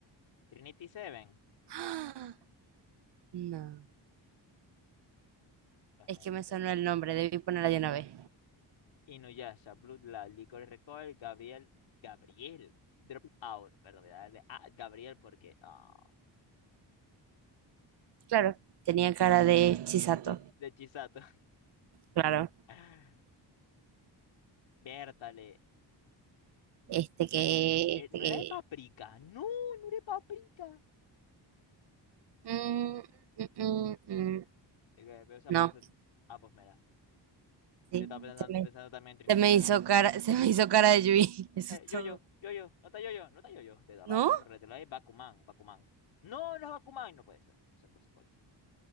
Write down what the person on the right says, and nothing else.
¡Ah!
No.
Es
que me
sonó el nombre, debí ponerla de una vez.
Claro, tenía cara de Chisato.
Claro.
Este que,
este
que.
mm, mm, mm, mm.
No,
sí.
Se me,
se me
hizo cara, <laughs> se me hizo cara de Yui. <laughs> Eso
es
todo.
¿No?